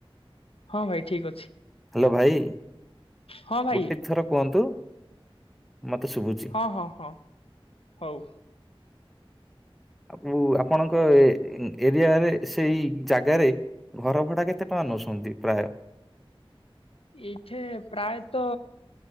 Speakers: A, on the left; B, in the centre.
A: ହଁ ଭାଇ ଠିକ୍ ଅଛି।
B: ହାଲୋ ଭାଇ
A: ହଁ ଭାଇ
B: ଗୋଟେ ଥର କୁହନ୍ତୁ ମତେ ସୁୁଭୁଛି।
A: ହଁ ହଁ ହଁ ହଉ।
B: ଆ ପୁ ଆପଣଙ୍କ ଏ ଉଁ ଏରିଆରେ ସେଇ ଜାଗାରେ। ଘର ଭଡା କେତେ ଟଙ୍କା ନଉଛନ୍ତି ପ୍ରାୟ।
A: ଏଇଠେ ପ୍ରାୟତ